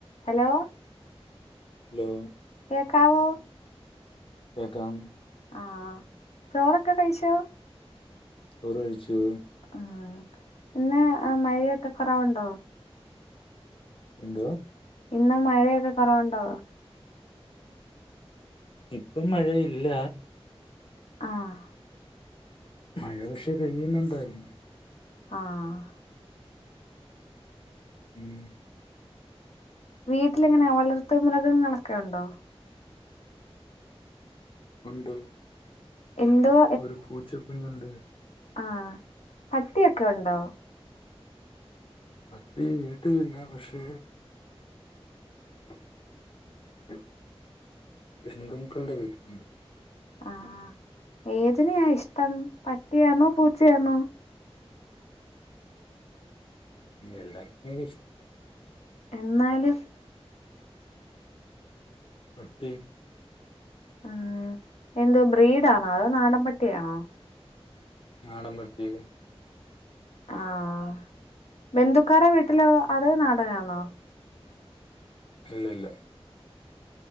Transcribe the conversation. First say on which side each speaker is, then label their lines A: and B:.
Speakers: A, on the left (about 90°); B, on the left (about 55°).
A: ഹലോ
B: ഹലോ
A: കേക്കാവോ?
B: കേക്കാം.
A: ആഹ് ചോറൊക്കെ കഴിച്ചോ?
B: ചോറുകഴിച്ചു.
A: ആഹ് ഇന്ന് മഴയൊക്കെ കൊറവ്ണ്ടോ?
B: എന്തോ
A: ഇന്ന് മഴയൊക്കെ കൊറവുണ്ടോ?
B: ഇപ്പം മഴയില്ല
A: ആഹ്
B: മഴ പക്ഷെ പെയ്യുന്നുണ്ടായിരുന്നു.
A: ആഹ്
B: ഉം
A: വീട്ടിലെങ്ങനെ വളർത്ത് മൃഗങ്ങളൊക്കെ ഒണ്ടോ?
B: ഉണ്ട്
A: എന്ത്വ?
B: ഒരു പൂച്ച കുഞ്ഞുണ്ട്.
A: ആഹ് പട്ടിയൊക്കെ ഒണ്ടോ?
B: പട്ടി വീട്ടിലില്ല. പക്ഷെ <unintelligible> ബന്ധുക്കളുടെ വീട്ടിലുണ്ട്.
A: ആഹ് ഏതിനെയാ ഇഷ്ടം? പട്ടിയാന്നോ പൂച്ചയാന്നോ?
B: എല്ലാത്തിനേം ഇഷ്ടാ.
A: എന്നാലും
B: പട്ടി
A: ഉം എന്ത് ബ്രീഡാന്നോ അതോ നാടൻപട്ടിയെയാണോ?
B: നാടൻ പട്ടിടെ
A: ആഹ് ബന്ധുക്കാരെ വീട്ടിലോ അത് നാടനാന്നോ?
B: അല്ലല്ല